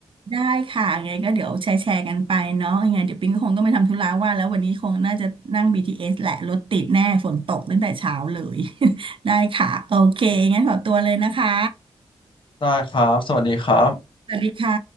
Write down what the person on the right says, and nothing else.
ได้ค่ะยังไงก็เดี๋ยวแชร์แชร์กันไปเนาะยังไงเดี๋ยวปิงก็คงต้องไปทำธุระว่าแล้ววันนี้คงน่าจะนั่ง BTS แหละรถติดแน่ฝนตกตั้งแต่เช้าเลย <laughs> ได้ค่ะโอเคงั้นขอตัวเลยนะคะ
สวัสดีค่ะ